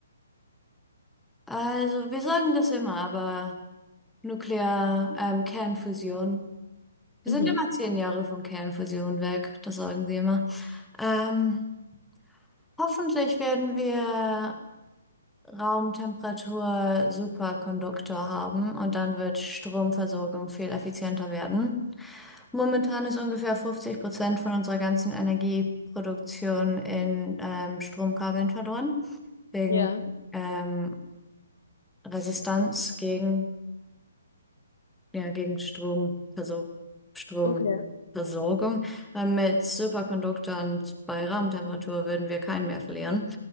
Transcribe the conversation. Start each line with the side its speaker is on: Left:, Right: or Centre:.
Centre: also wir sagen das immer, aber Nuklear, ähm, Kernfusion. Wir
Left: Mhm.
Centre: sind immer zehn Jahre von Kernfusion weg, das sagen sie immer. Ähm, hoffentlich werden wir Raumtemperatur Superkonduktor haben und dann wird Stromversorgung viel effizienter werden. Momentan ist ungefähr 50 Prozent von unserer ganzen Energieproduktion in ähm, Stromkabeln verloren, wegen
Left: Ja,
Centre: ähm, Resistanz gegen, ja, gegen Stromversor Stromversorgung.
Left: okay.
Centre: Ähm, mit Superkonduktoren bei Raumtemperatur würden wir keinen mehr verlieren.